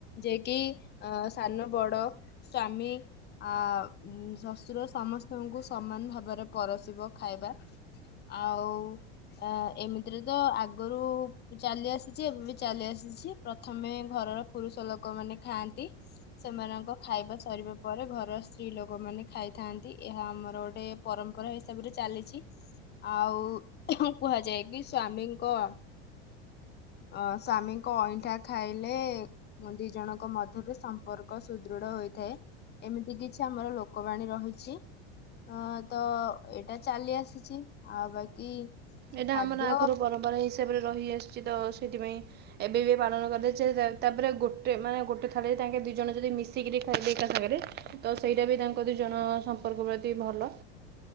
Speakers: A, on the left; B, on the right.
A: ଯେ କିି ଅ ସାନ ବଡ ସ୍ଵାମୀ ଆ ଶୁଶୁର ସମସ୍ତ ତମକୁ ସମାନ ଭାବରେ ପରସିବ ଖାଇବା ଆଉ। ଅ ଏମିତିରେ ତ ଆଗରୁ ଚାଲି ଆସିଛି ଏବେ ବି ଚାଲି ଆସିଛି ପ୍ରଥମେ ଘରର। ପୁରୁଷ ଲୋକମାନେ ଖାଆନ୍ତି। ସେମାନଙ୍କ ଖାଇବା ସରିବା ପରେ ଘର ସ୍ତ୍ରୀ ଲୋକମାନେ ଖାଇଥାନ୍ତି। ଏହା ଆମର ଗୋଟେ ପରମ୍ପରା ହିସାବରେ ଚାଲିଛି। ଆଉ କୁହାଯାଏ କି ସ୍ଵାମୀଙ୍କ ଅ ସ୍ୱାମୀଙ୍କ ଅଇଁଠା ଖାଇଲେ ଦି ଜଣଙ୍କ ମଧ୍ୟରେ ସମ୍ପର୍କ ସୁଦୃଢ ହୋଇଥାଏ। ଏମିତି କିଛି ଆମର ଲୋକବାଣୀ ରହିଛି। ହଁ ତ ଏଇଟା ଚାଲି ଆସିଛି ଆଉ ବାକି
B: ଏଇଟା
A: ଖାଦ୍ୟ
B: ଆମର ଆଗରୁ ପରମ୍ପରା ହିସାବରେ ରହିଆସିଛି ତ ସେଥିପାଇଁ। ଏବେ ବି ପାଳନ କରାଯାଏ ତାପରେ ଗୋଟେ ମାନେ ଗୋଟେ ଥାଳିରେ ତାଙ୍କେ ଦିଇ ଜଣ ଯଦି ମିଶିକିରି ଖାଇବେ ଏକା ସାଙ୍ଗରେ ତ ସେଇଟା ବି ତାଙ୍କ ଦିଇ ଜଣ ସମ୍ପର୍କ ପ୍ରତି ଭଲ।